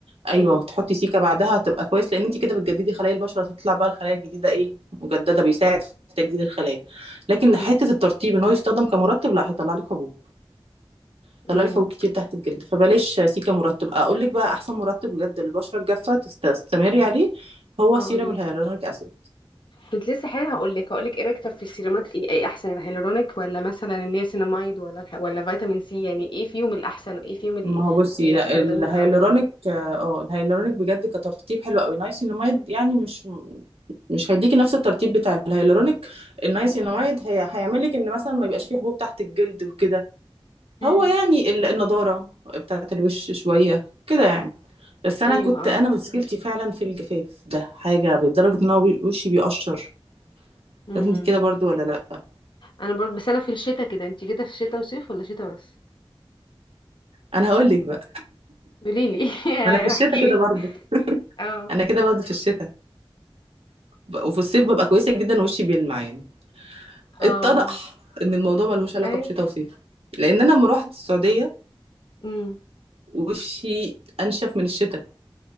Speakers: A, on the right; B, on the left.
A: ايوه
B: امم
A: وتحطي سيكه بعدها هتبقى كويس لان انت كده بتجددي خلايا البشره تطلع بقى الخلايا الجديده ايه مجدده بيساعد في تجديد الخلايا لكن
B: امم
A: حته الترطيب ان هو يستخدم كمرطب لا هيطلع لك حبوب يطلع
B: امم
A: لك حبوب كتير تحت الجلد فبلاش سيكه مرطب اقول لك بقى احسن مرطب بجد للبشره الجافه تست- تستمري عليه هو
B: اه
A: سيرم
B: قوليلي
A: الهيالورونيك اسيد
B: كنت لسه حالا هقولك هقولك ايه رايك طب في السيرامات ايه, ايه احسن الهيالورونيك ولا مثلا النياسيناميد ولا الح- ولا فيتامين سي يعني ايه فيهم الاحسن وايه فيهم ال-
A: ما هو بصي
B: اللي
A: لا
B: استخدمه
A: الهيالورونيك
B: الاول
A: اه آه، الهيالورونيك بجد كترطيب حلو قوي نايسيناميد يعني مش مش هيديكي نفس الترطيب بتاع الهيالورونيك النايسيناميد هي هيعمل لك ان مثلا ما يبقاش فيه حبوب تحت الجلد وكده
B: امم
A: هو يعني ال- النضاره بتاعه الوش شويه كده يعني بس انا
B: ايوه
A: كنت
B: اه
A: انا مشكلتي فعلا في الجفاف ده حاجه لدرجه ان هو بي- وشي بيقشر
B: امم
A: بس انت كده برضو ولا لا
B: انا برضه بس انا في الشتاء كده انت كده في الشتاء وصيف ولا شتاء بس
A: انا هقول لك بقى
B: قوليلي <laughs>
A: انا في الشتاء
B: احكيلي
A: كده برضه
B: اه
A: انا كده برضه في الشتاء ب- وفي الصيف ببقى كويسه جدا وشي بيلمع يعني
B: اه
A: اتضح ان الموضوع ملهوش علاقه
B: ايوه
A: بشتاء وصيف لان انا لما رحت السعوديه
B: امم
A: وشي انشف من الشتاء